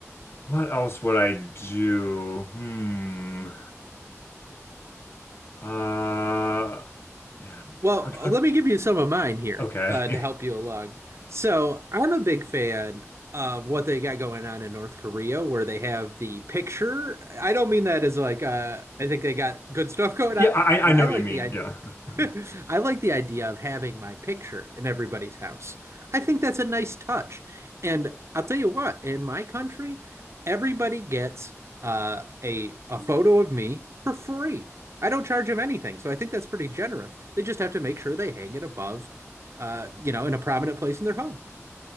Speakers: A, on the left (about 50°); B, on the right (about 60°).
A: what else would I do? Hmm. Uh, man.
B: Well,
A: I, I,
B: let me give you some of mine here
A: okay.
B: uh, to
A: <laughs>
B: help you along. So, I'm a big fan of what they got going on in North Korea, where they have the picture. I don't mean that as like uh, I think they got good stuff <laughs> going
A: Yeah,
B: on,
A: I,
B: but
A: I know
B: I
A: what
B: like
A: you mean.
B: the idea.
A: Yeah.
B: <laughs>
A: <laughs>
B: I like the idea of having my picture in everybody's house. I think that's a nice touch. And I'll tell you what, in my country, everybody gets uh, a a photo of me for free. I don't charge them anything, so I think that's pretty generous. They just have to make sure they hang it above, uh, you know, in a prominent place in their home.